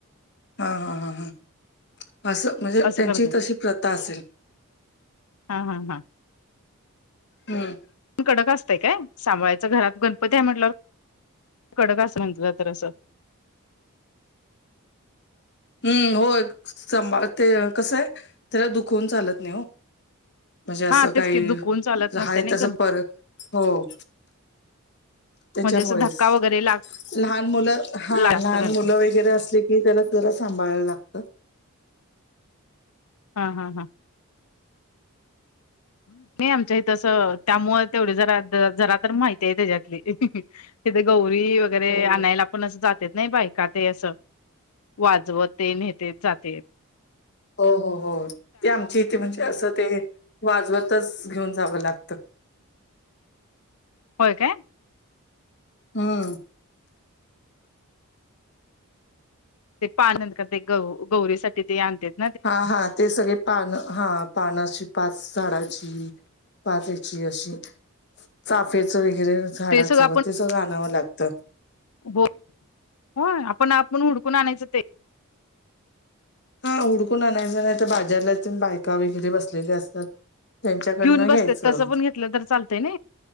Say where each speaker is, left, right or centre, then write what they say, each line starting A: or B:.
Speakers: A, on the left (about 50°); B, on the left (about 80°).
A: हा हा हा हा असं म्हणजे
B: असं
A: त्यांची
B: करतात
A: तशी प्रथा असेल.
B: हा हा हा.
A: हम्म.
B: कडक असतय काय सांभाळायच घरात गणपती आहे म्हटलावर कडक असलं म्हटलं तर असं.
A: हम्म होय सांभाळतय कसं आहे त्याला दुखवून चालत नाही ह. म्हणजे असं
B: हा तेच
A: काही
B: की दुखवून चालत नसते
A: आहे
B: ना
A: तसं
B: गण
A: पर हो. त्याच्यामुळेच
B: म्हणजे असं धक्का वगैरे लाग
A: लहान मुलं हा
B: जास्त
A: लहान
B: गण
A: मुलं वगैरे असली की त्यानासनी जरा सांभाळला लागत.
B: हा हा हा. नाही आमच्या हितं असं त्यामुळं तेवढी जरा जरा तर माहिती आहे त्याच्यातली तिथे गौरी वगैरे
A: हो
B: आणायला ला आपण असं जात्यात ने बायका ते असं वाजवत तेण नेतेत जातेत.
A: हो हो हो ते आमची इथे म्हणजे असं ते वाजवतच घेऊन जावं लागतं.
B: होय काय?
A: हम्म.
B: ते पान नंतर ते ग गौरीसाठीठी ते आणत्यात.
A: हा हा ते सगळे पानं हा पानं अशी पाच झाडाची पाचची अशी चाफेच वगैरे झाडाचं
B: ते सगळं
A: ते सगळं आणावं लागतं.
B: बो होय आपण आपण हुडकून आणायचं ते
A: हा उडकून आणायचं नाही तर बाजारला बायका वगैरे बसलेल्या असतात. त्यांच्याकडनं
B: घेऊन बसते
A: घ्यायचं
B: तसं पण घेतलं तर चालतंय ना